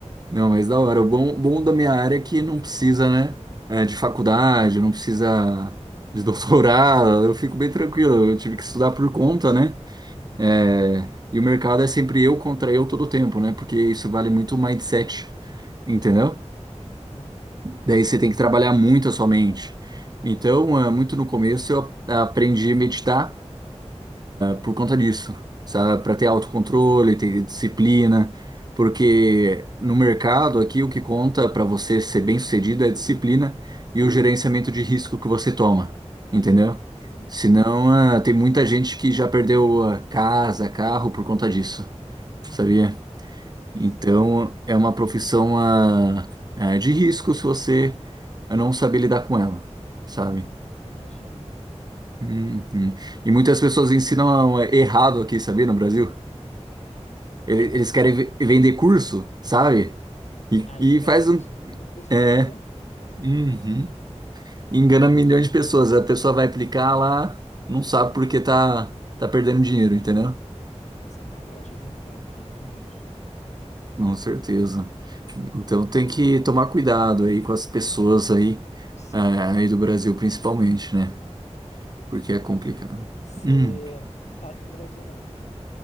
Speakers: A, on the right; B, on the left.
A: Não, mas da hora. O bom, bom da minha área é que não precisa, né? é, de faculdade, não precisa de <laughs> doutorado. Eu fico bem tranquilo. Eu tive que estudar por conta, né?
B: Uhum.
A: É, e o mercado é sempre eu contra eu todo tempo, né? Porque isso vale muito o mindset, entendeu?
B: Uhum.
A: Daí você tem que trabalhar muito a sua mente. Então, é, muito no começo eu a- aprendi a meditar por conta disso, sabe? Para ter autocontrole, ter disciplina, porque no mercado aqui o que conta para você ser bem-sucedido é a disciplina e o gerenciamento de risco que você toma, entendeu?
B: Sim, sim.
A: Senão, ah, tem muita gente que já perdeu ah, casa, carro por conta disso, sabia?
B: Nossa,
A: Então, é uma profissão ah, ah, de risco se você não saber lidar com ela, sabe?
B: ima- imagina.
A: Uhum. E muitas pessoas ensinam errado aqui, sabia, no Brasil? Ele-
B: É, vai.
A: Eles querem ve- vender curso, sabe? E,
B: aí vende
A: e faz um.
B: um curso
A: É.
B: merda.
A: Uhum. Engana
B: Nossa,
A: milhões de pessoas. A pessoa vai aplicar lá, não sabe porque tá, tá perdendo dinheiro, entendeu?
B: nossa, o mau caratismo é foda, né? Meu Deus.
A: Com certeza. Então tem que tomar cuidado aí com as pessoas aí,
B: Sim.
A: é, aí do Brasil principalmente, né? Porque é complicado.
B: Você
A: Hum.
B: não tá aqui no Brasil, não.